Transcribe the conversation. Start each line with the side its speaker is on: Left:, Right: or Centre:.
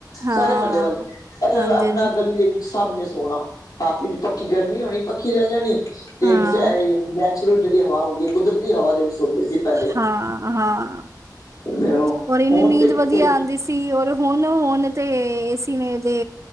Right: ਹਾਂ,
Left: ਸਾਰੇ ਮਹੱਲੇ ਵਾਲੇ ਪਰ
Right: ਹਾਂਜੀ-ਹਾਂਜੀ।
Left: ਆਪਣਾ ਗਲੀ ਦੇ ਵਿੱਚ ਸਭ ਨੇ ਸੋਣਾ। ਹਾਥ ਵਿੱਚ ਪੱਖੀ ਗਰਮੀ ਹੋਣੀ ਪੱਖੀ ਲੈ ਲੈਣੀ ਤੇ
Right: ਹਾਂ,
Left: ਤੇ ਨੈਚੁਰਲ ਜਿਹੜੀ ਹਵਾ ਹੁੰਦੀ ਸੀ। ਕੁਦਰਤੀ ਹਵਾ ਦੇ ਵਿੱਚ ਸੌਂਦੇ ਸੀ। ਪਹਿਲੇ
Right: ਹਾਂ ਹਾਂ
Left: ਤੇ ਉਹ
Right: ਹੋਰ ਇਨੀ
Left: ਹੁਣ
Right: ਨੀਂਦ
Left: ਤੇ ਕਿੱਥੇ
Right: ਵਧੀਆ ਆਉਂਦੀ ਸੀ। ਸੀ ਔਰ ਹੁਣ ਹੁਣ ਤੇ ਏ ਸੀ ਨੇ ਤੇ